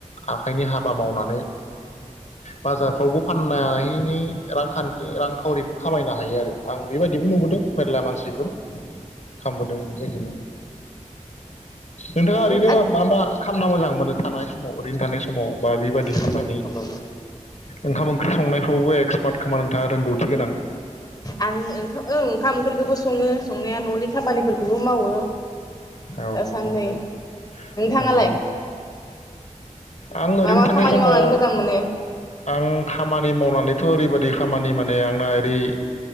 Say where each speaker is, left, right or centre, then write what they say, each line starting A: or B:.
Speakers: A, on the left (about 60°); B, on the left (about 30°).
A: आखाइनि हाबा मावनानै बाजारफ्रावबो फाननायनि रांखान्थि रांखावरिफोर खामायनो हायो आरो। आं बेबायदिबो नुबोदों मेरला मानसिफोर खामबोदों बेबायदिनो। नोंथांङा ओरैनो
B: औ औ
A: मा- मा खालामना मोजां मोनो थानाय समाव ओरैनो थानाय समाव बा बि बादि
B: बेबायदि
A: खालामनानै
B: खालामो
A: ओंखाम ओंख्रि संनायफ्रावबो एक्सपार्ट खोमा नोंथाङा रोंगौथि गोनां
B: आं ओंखाम ओ ओंखाम ओंख्रिखौबो सङो संनाया न'नि खामानिफोरखौबो मावो।
A: औ
B: दासान्नै
A: नंगौ
B: नोंथाङालाय
A: नंगौ आं
B: मा
A: ओरैनो
B: मा
A: थानाय
B: खामानि
A: समाव
B: मावनानै मोजां मोनो?
A: आं खामानि मावनानैथ' ओरैबायदि खामानि माने आंना ओरै